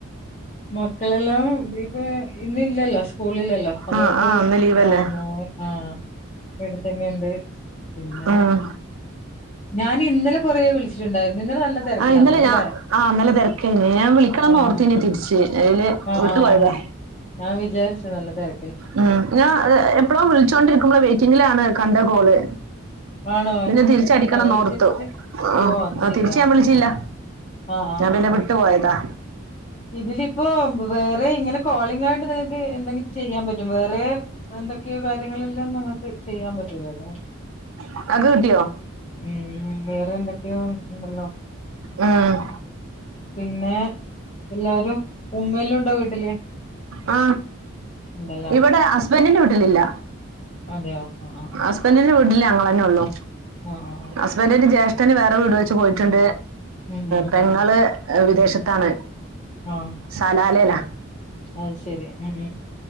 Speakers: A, on the left (about 30°); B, on the right (about 80°).
A: മക്കളെല്ലാം ഇന്നില്ലല്ലോ സ് സ്കൂളില്ലല്ലോ. അതുകൊണ്ട്
B: ആ ആ ഇന്ന് ലീവല്ലേ
A: വമോ ആ ഇവിടെ തന്നെയുണ്ട്. പിന്നാ
B: ഉം
A: ഞാൻ ഇന്നലെ കുറേ വിളിച്ചിട്ടുണ്ടായിരുന്നു. ഇന്നലെ നല്ല തിരക്കിലാന്ന്
B: ആ ഇന്നലെ
A: തോന്നുന്നല്ലേ
B: ഞാ ആ ഇന്നലെ തിരക്കായിനെ. ഞാൻ വിളിക്കണം എന്ന്
A: ആഹ്
B: ഓർത്തിനേ തിരിച്ച് അതില്
A: ആഹ്
B: വിട്ടു
A: ആഹ്
B: പോയതാ.
A: ഞാൻ വിചാരിച്ചു നല്ല തിര
B: ഉം. ഞാൻ എപ്പോഴോ വിളിച്ചോണ്ടിരിക്കുമ്പളാ വെയിറ്റിങ്ങിലാണ് കണ്ടേ കോള്.
A: ആണോ?
B: പിന്നെ
A: വിളിച്ചിട്ടുണ്ടാവല്ലേ
B: തിരിച്ചടിക്കണംന്നോർത്തു
A: തിരിച്ചിട്ട്?
B: ആഹ്
A: ഓ അത്
B: ആഹ്
A: ശെരി
B: തിരിച്ച്
A: ആ
B: ഞാൻ വിളിച്ചില്ല
A: ആ ആ ആ ആ
B: ഞാൻ
A: ആ
B: പിന്നെ വിട്ടു പോയതാ
A: ഇതിലിപ്പോ വേറെ ഇങ്ങനെ കോള ഞാനു ആയിട്ട് നിങ്ങൾക്ക് എന്തെങ്കിലും ചെയ്യാൻ പറ്റും. വേറെ എന്തൊക്കെയോ കാര്യങ്ങളെല്ലാം നിങ്ങൾക്ക് ചെയ്യാൻ പറ്റൂല്ലല്ലോ?
B: ഇങ്ങക്ക് കിട്ടിയോ
A: ഉം. വേറെ എന്തൊക്കെയോ ഉണ്ടല്ലോ?
B: ഉം.
A: പിന്നെ എല്ലാരും ഉമ്മ എല്ലാ ഉണ്ടോ വീട്ടില്?
B: ആ
A: ഉണ്ടല്ലേ
B: ഇവിടെ ഹസ്ബന്റിന്റെ വീട്ടിലില്ല.
A: അതെയോ? ആ ആ
B: ഹസ്ബന്റിന്റെ വീട്ടില് ഞങ്ങ തന്നെ ഉള്ളൂ.
A: ആ ആ ആ
B: ഹസ്ബന്റിന്റെ ജേഷ തന്നെ വേറെ വീട് വെച്ച് പോയിട്ടുണ്ട്.
A: ഉം ഉം
B: പെങ്ങള്
A: ഉം
B: വിദേശത്താണ്.
A: ആ
B: സലാലേലാ.
A: അത് ശരി ഉം.